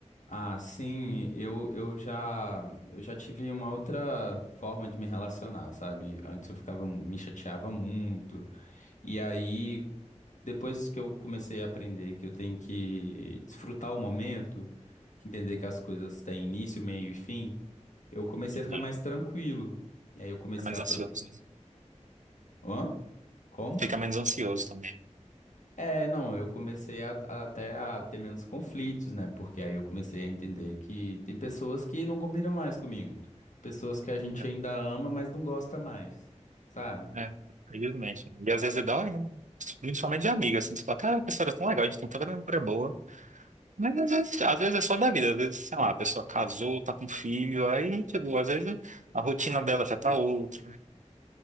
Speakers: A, on the left; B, on the right.
A: Ah, sim, eu, eu já eu já tive uma outra forma de me relacionar, sabe? Antes eu ficava, mu- me chateava muito. E aí, depois que eu comecei a aprender que eu tenho que desfrutar o momento, que entender que as coisas têm início, meio e fim, eu comecei
B: Entendi.
A: a ficar mais tranquilo. E aí eu comecei
B: Fica menos
A: a...
B: ansioso,
A: Pro...
B: né?
A: Hã? Como?
B: Fica menos ansioso também.
A: É, não, eu comecei a, a- até a ter menos conflitos, né? Porque aí eu comecei a entender que tem pessoas que não combinam mais comigo. Pessoas que a gente
B: né?
A: ainda ama, mas não gosta mais, sabe?
B: É, felizmente. E às vezes dói, né? Principalmente de amigo, assim, você fala, cara, a pessoa era tão legal, a gente tem tanta memória boa. Mas às vezes, às vezes é só da vida, às vezes, sei lá, a pessoa casou, tá com filho, aí, tipo, às vezes a rotina dela já tá outra.